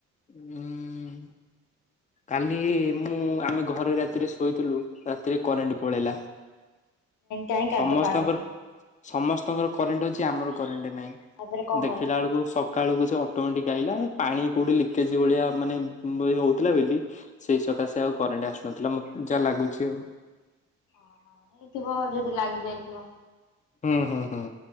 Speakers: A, on the left; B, on the left.
A: ହୁଁ। କାଲି ମୁଁ ଆମେ ଘରେ ରାତିରେ ଶୋଇଥିଲୁ ରାତିରେ କରେଣ୍ଟ ପଳେଇଲା।
B: କାଇଁ କାଲି
A: ସମସ୍ତଙ୍କର
B: ତ ପାଗ
A: ସମସ୍ତଙ୍କର କରେଣ୍ଟ ଅଛି ଆମର କରେଣ୍ଟ ନାଇଁ
B: ତାପରେ କଣ
A: ଦେଖିଲା
B: କଲ?
A: ବେଳକୁ ସକାଳକୁ ସେ ଅଟୋମେଟିକ ଆଇଲା । ପାଣି କୋଉଠି ଲିକେଜ ଭଳିଆ ମାନେ ହଉଥିଲା ବେଲି ସେଇ ସକାଶେ ଆଉ କରେଣ୍ଟ ଆସୁନଥିଲା । ମ ଯାହା ଲାଗୁଚି ଆଉ
B: ଓହୋ। ହେଇଥିବ ଯଦି ଲାଗି ଯାଇଥିବ।
A: ହୁଁ ହୁଁ ହୁଁ।